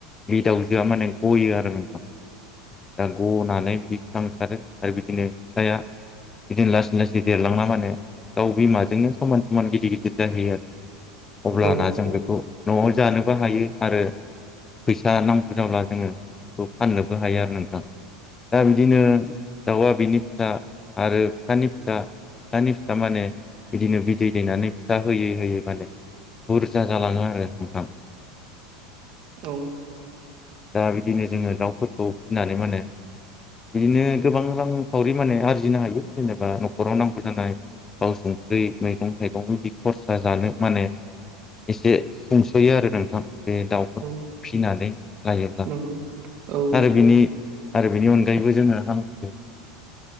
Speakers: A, on the left (about 20°); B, on the right (about 50°).
A: बे दाउजोआ माने गयो आरो नोंथां दा गनानै बिदि सा ओंखारो आरो बिदिनो फिसाया बिदिनो लासै लासै देरलांबा मानो दाउ बिमाजोंनो समान समान गिदिर गिदिर जाहैयो आरो अब्लाना
B: औ
A: जों बेखौ न'आव जानोबो हायो आरो फैसा नांगौ जाब्ला जोङो बेखौ फाननोबो हायो आरो नोंथां। दा बिदिनो दाउआ बिनि फिसा आरो फिसानि फिसा फिसानि फिसा दा माने बिदिनो बिदै दैनानै फिसा होयै होयै माने बुरजा जालाङो आरो नोंथां।
B: औ
A: दा बिदिनो जोङो दाउफोरखौ फिनानै मानो बिदिनो गोबां रांखावरि माने आरजिनो हायो जेनेबा न'खराव नांगौ जानाय थाव संख्रि मैगं थाइगंबो बिदि खरसा जानो माने एसे संस'यो आरो नोंथां। बे दाउफोरखौ
B: औ
A: फिसिनानै लायोब्ला
B: नंगौ औ
A: आरो बिनि आरो बेनि अनगायैबो जोङो हांसो